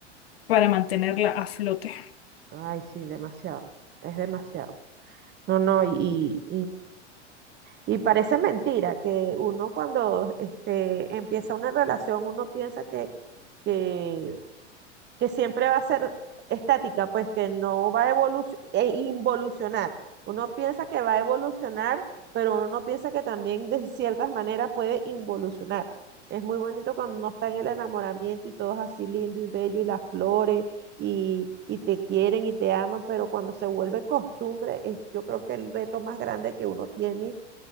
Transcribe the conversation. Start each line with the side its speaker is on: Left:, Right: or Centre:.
Left: para mantenerla a flote.
Right: Ay, sí, demasiado, es demasiado. No, no, y, y, y parece mentira que uno cuando este, empieza una relación, uno piensa que, que que siempre va a ser estática, pues que no va a evolucionar, involucionar. Uno piensa que va a evolucionar, pero uno no piensa que también de ciertas maneras puede involucionar. Es muy bonito cuando uno está en el enamoramiento y todo es así lindo y bello y las flores y, y te quieren y te aman, pero cuando se vuelve costumbre, es, yo creo que el reto más grande que uno tiene